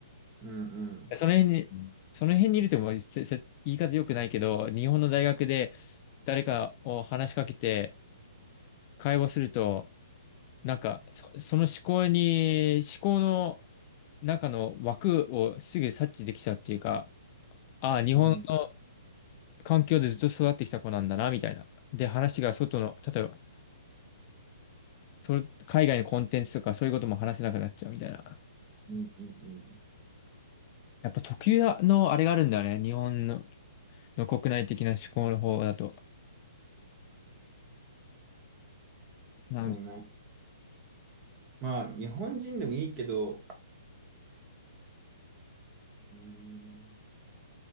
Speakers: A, on the right; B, on the left.
A: うん、うん、
B: その辺に、その辺にいるともうせせ言い方良くないけど、日本の大学で誰かを話しかけて会話すると、なんかそ、その思考に、思考の中の枠をすぐ察知できちゃうっていうか、ああ、日本の
A: うん、
B: 環境でずっと育ってきた子なんだな、みたいな。で、話が外の、例えば、それ海外のコンテンツとかそういうことも話せなくなっちゃうみたいな。
A: うん、うん、うん
B: やっぱ特有のあれがあるんだよね。日本の、の国内的な思考の方だと。なん
A: そうね。まあ、日本人でもいいけど、うん、